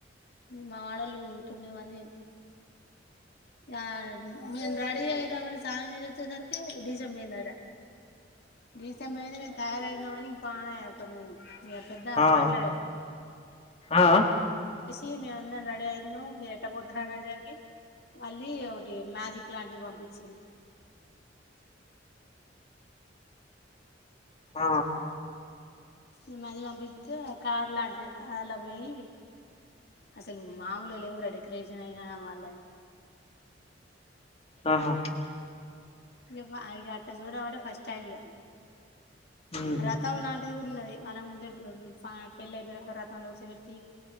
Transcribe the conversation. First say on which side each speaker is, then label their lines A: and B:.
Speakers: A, on the left; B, on the left.
A: ని మాడల్ ఉ తొమ్మిది మంది అ మీ అండ్రాడి అయిదమని సానమ్ చేసొచ్చే సర్కే డీసంబొయిందడ గీసంబొయింది మేమ్ తయారయాయినామని ఇక ఆమె కొంచెం ఇక పెద్దగా
B: ఆ
A: మాట్లాడేట
B: ఆ
A: ఈ మేమందర్ రెడీ అయ్యిన్ను మీరు ఎట్ట పోతున్నారో జరిగి మళ్ళీ ఒకటి మ్యాజిక్ లాంటిది పంపించింది
B: ఆ
A: ఈ మది పంపిత్తే కార్ లాంటిది అలా పోయి అసలు మామూలుగా లేవురా డెకరేషనైనా వాళ్ది
B: ఆహా
A: ఇవ్వ అగ అట్ట జోడ వడే ఫస్టైమిగ
B: ఉహు
A: రతములన్ ది కూడున్నది వాళ్ళని కుజే <inaudible> పెళ్ళి అయిపోయేదంక రతంలో సేవట్టి